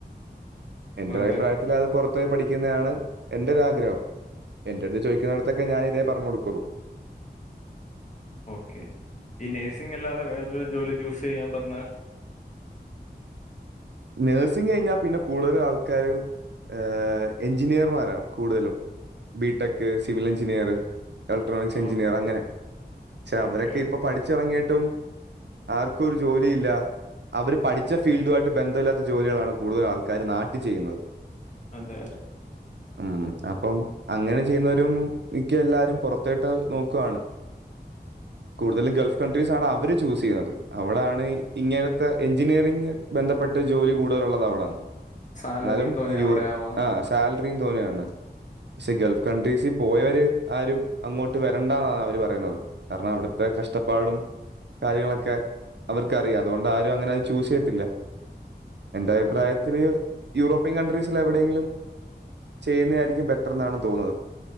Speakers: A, on the right; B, on the left.
A: എന്റൊരു
B: അതെ
A: അഭിപ്രായത്തിലത്
B: അതെ
A: പൊറത്തോയി പഠി <unintelligible> യാണ് എൻ്റൊരാഗ്രഹം. എൻ്റടുത്ത് ചോദിക്കുന്നിടുത്തൊക്കെ ഞാനിതേ പറഞ്ഞു കൊടുക്കുള്ളൂ.
B: <inaudible> ഓക്കെ, ഈ നേഴ്സിംഗല്ലാതെ വേറൊരു ജോലി ചൂസെയ്യാൻ പറഞ്ഞാൽ
A: നഴ്സിംഗ് കഴിഞ്ഞാ പിന്നെ, കൂടുതലും ആൾക്കാരും ഏഹ് എഞ്ചിനീയർമാരാണ് കൂടുതലും. ബിടെക്, സിവിൽ എഞ്ചിനീയറ്, ഇലക്ട്രോണിക്സ്
B: ഓ
A: എഞ്ചിനീയർ അങ്ങനെ, പക്ഷെ
B: ഓക്കെ
A: അവരൊക്കെ
B: ഓക്കെ
A: ഇപ്പ പഠി ച്ചിറങ്ങിയിട്ടും, ആർക്കും ഒരു ജോലിയില്ല. അവര് പഠിച്ച ഫീൽഡു ബന്ധമില്ലാത്ത ജോലികളാണ് കൂടുതലാൾക്കാര് നാട്ടി ചെയ്യുന്നത്.
B: അതെ അതെ.
A: ഉം അപ്പം അങ്ങനെ ചെയ്യുന്നവരും മിക്ക എല്ലാരും, പുറത്തേട്ട് നോക്കുവാണ്.
B: <inaudible>
A: കൂടുതലും ഗൾഫ് കൺട്രീസാണ് അവര് ചൂസെയ്യുന്നത്. അവിടാണ് ഇങ്ങനത്തെ എഞ്ചിനീയറിംഗ് ബന്ധപ്പെട്ട് ജോലി കൂടുതലുള്ളത് അവ ഇതാണ്.
B: സാലറിയും
A: ന്നാലും
B: തോനെ
A: അയ്യൂ
B: അവിടെ ആവാം
A: ആഹ് സാൽറിയും തോനെയാണ്. ക്ഷെ, ഗൾഫ് കൺട്രീസി പോയവര് ആരും അങ്ങോട്ട് വരണ്ടാന്നാണ് അവര് പറയുന്നത് കാരണം, അവിടത്തെ കഷ്ടപ്പാടും കാര്യങ്ങളൊക്കെ അവർക്കറിയാ, അതുകൊണ്ട് ആരും അങ്ങനെ അത് ചൂസെയ്യത്തില്ല. എന്റെഭിപ്രായത്തില്,
B: ഓക്കെ
A: യൂറോപ്യൻ കൺട്രീസില് എവിടെയെങ്കിലും ചെയ്യുന്നെയായിരിക്കും ബെറ്റർ ന്നാണ് തോന്നുന്നത്.